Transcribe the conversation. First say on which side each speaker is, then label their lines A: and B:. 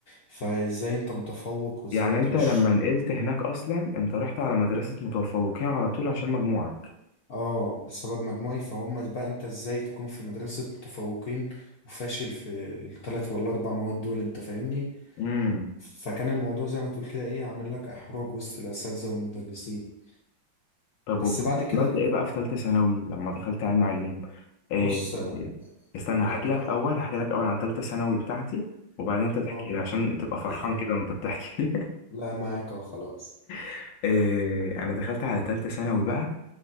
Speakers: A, on the left; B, on the left.
A: فازاي انت متفوق وازاي
B: يعني
A: انت
B: انت
A: مش
B: لما
A: شاطر؟
B: نقلت هناك اصلا انت رحت على مدرسة متفوقين على طول عشان مجموعك
A: اه بسبب مجموعي فهم بقى انت ازاي تكون في مدرسة متفوقين وفاشل في التلات ولا أربع مواد دول انت فاهمني
B: امم
A: فكان الموضوع زي ما تقول كده ايه عامل لك احراج وسط الاساتذه والمدرسين
B: طب
A: بس
B: وكنت
A: بعد كده
B: عملت ايه بقى في ثالثة ثانوي لما دخلت علم علوم إيه
A: بص انا
B: استنى هحكي
A: لما
B: لك
A: د-
B: اول هحكي لك اول عن ثالثة ثانوي بتاعتي وبعدين انت تحكي
A: اه
B: لي عشان تبقى فرحان
A: خلاص
B: كده وانت بتحكي
A: لا معاك اه خلاص
B: <laughs> إيه انا دخلت على ثالثة ثانوي بقى